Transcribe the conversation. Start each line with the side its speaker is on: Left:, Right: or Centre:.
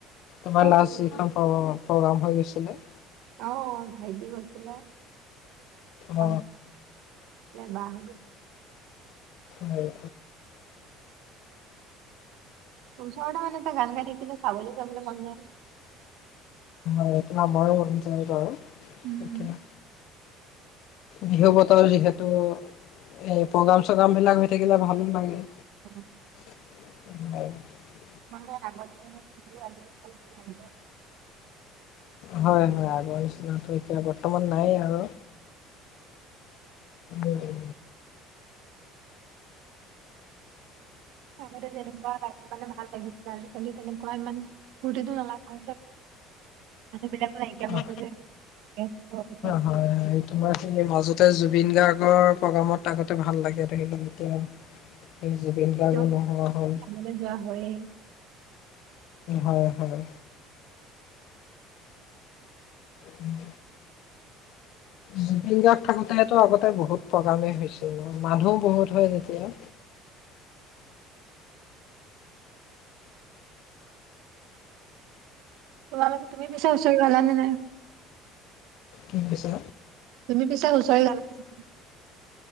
Left: তোমাৰ
Right: অ
Left: লাজ
Right: গৈছিলো
Left: ইখন পাব প্ৰগ্ৰাম হৈ গৈছিলে।
Right: আহ ভাইটি গৈছিলে।
Left: অ
Right: আ বাহুন
Left: হয়
Right: ত চ মানেটা গান গাাটীতিিল চাবল যাবল লাল
Left: অেইটো ন আ ম কৰি য আৰু
Right: উম।
Left: এেইতিয়া বিহু বতৰ যিহেতু এই প্ৰগ্ৰাম চগ্ৰাম বিলাক হৈ থাক গিলা ভালো লাগে
Right: উম
Left: ন
Right: মে আগত য নি
Left: হয় হয় নিচিনাটো এতিয়া বৰ্তমান নাই আৰু উ
Right: আগতে যেনেকুৱা মানে ভাল লাগিছে আজিকালি তেনেকুৱা ইমান ফটিতো নালাগা হৈছে মানুহ বিলাকো নাইকিয়া হৈ
Left: অ
Right: গৈছে ব্যস্ত হৈ গৈছে আজিকালি।
Left: হয় তোমাৰ সেই মাজতে জুবিন গাৰ্গৰ প্ৰগ্ৰামত থাকোতে ভাল লাগে িল এতিয়া সেই জুবিন গাৰ্গো
Right: কিয়
Left: নোহোৱা হ'ল
Right: চাবলৈ যোৱা হয়েই
Left: হয় হয় উম জুবিন গাৰ্গ থাকোতে তটো আগতে বহুত প্ৰগ্ৰামে হৈছিল ন মানুহ বহুত হয় যেতিয়া উ
Right: ত মান তুমি পিছা উচল গাল ন নাই
Left: কি কৈছা
Right: তুমি পিছো হুঁচৰি গালা